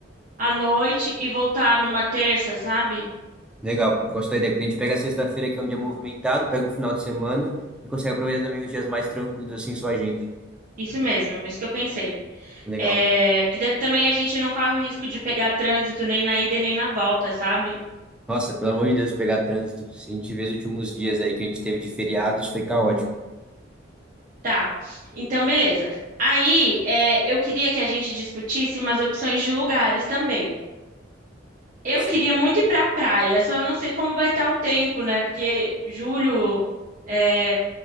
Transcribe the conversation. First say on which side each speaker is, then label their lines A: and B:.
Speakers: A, on the right; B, in the centre.
A: à noite e voltar numa terça, sabe?
B: Legal, gosto da ideia, porque a gente pega a sexta-feira, que é um dia movimentado, pega o final de semana e consegue aproveitar também os dias mais tranquilos, assim, só a gente.
A: Isso mesmo, isso que eu pensei.
B: Legal.
A: É, porque de- também a gente não corre o risco de pegar trânsito nem na ida e nem na volta, sabe?
B: Nossa, pelo amor de Deus, pegar trânsito. Se a gente vê os últimos dias aí que a gente teve de feriados, foi caótico.
A: Tá. Então, beleza. Aí, é, eu queria que a gente discutisse umas opções de lugares também. Eu
B: Sim.
A: queria muito ir pra praia, só eu não sei como vai estar o tempo, né? Porque julho é